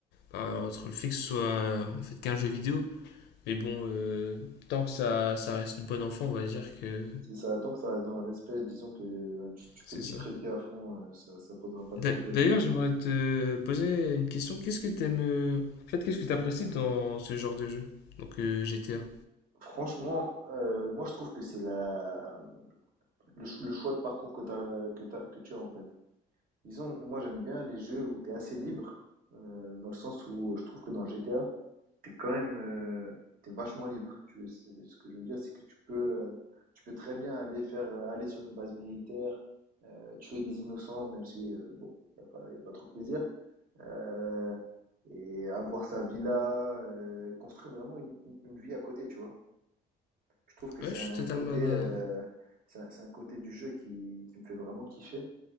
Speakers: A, on the left; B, on the right.
A: bah, entre le fait que ce soit euh, en fait qu'un jeu vidéo. Mais bon, euh, tant que ça, ça reste bon enfant, on va dire que
B: c'est ça, tant que ça reste dans le respect, disons que euh, tu, tu
A: c'est
B: peux t'y
A: ça.
B: prêter à fond, euh, ça, ça posera pas de
A: D'a-
B: problème.
A: D'ailleurs, j'aimerais te poser une question. Qu'est-ce que t'aimes... euh, En fait, qu'est-ce que t'apprécies dans ce genre de jeu? Donc euh, GTA.
B: Franchement, euh, moi je trouve que c'est la le, ch- le choix de parcours que t'as, que t'as- que tu as en fait. Disons, moi j'aime bien les jeux où t'es assez libre, euh, dans le sens où je trouve que dans GTA, t'es quand même euh, t'es vachement libre. Tu, c'est- ce que je veux dire, c'est que tu peux euh, tu peux très bien aller faire euh, aller sur une base militaire, euh, tuer des innocents, même si euh, bon, y a pas, y a pas trop de plaisir. euh, et avoir sa villa, euh, construire vraiment une, une- vie à côté, tu vois. Je trouve que
A: Ouais,
B: c'est
A: je
B: un
A: suis totalement...
B: côté,
A: euh,
B: euh, c'est un, c'est un côté du jeu qui, qui me fait vraiment kiffer.